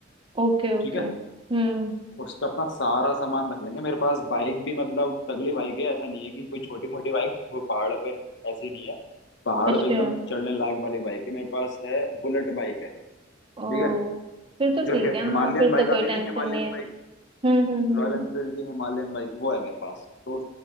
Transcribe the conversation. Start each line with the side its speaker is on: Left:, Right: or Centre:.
Right: Okay okay
Left: ठीक है
Right: हम्म
Left: उस पे अपना सारा सामान रख लेंगे मेरे पास बाइक भी मतलब तगड़ी बाइक है ऐसा नहीं है कि कोई छोटी मोटी बाइक वो पहाड़ पे ऐसी नहीं है पहाड़ों
Right: अच्छा
Left: पे एकदम चढ़ने लायक वाली बाइक है मेरे पास है बुलेट बाइक है ठीक
Right: ओ
Left: है
Right: फिर तो
Left: जो
Right: ठीक
Left: हि-
Right: है
Left: हिमालयन
Right: हाँ फिर
Left: बाइक
Right: तो
Left: आती
Right: कोई टेंशन
Left: है ना हिमालयन
Right: नहीं है
Left: बाइक
Right: हम्म हम्म हम्म
Left: रॉयल एनफील्ड
Right: हम्म
Left: की हिमालयन बाइक वो है मेरे पास तो